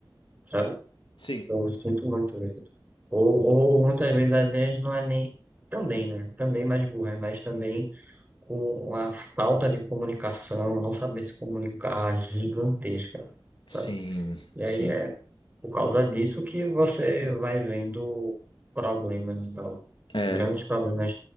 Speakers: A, on the right; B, on the left.
A: sabe?
B: Sim.
A: Eu sinto muito isso. Ou, ou muitas vezes até não é nem. Também, né? Também mais burra, mas também com a falta de comunicação, não saber se comunicar gigantesca,
B: Sim,
A: sabe? E aí
B: sim.
A: é por causa disso que você vai vendo problemas e tal.
B: É.
A: Grandes problemas.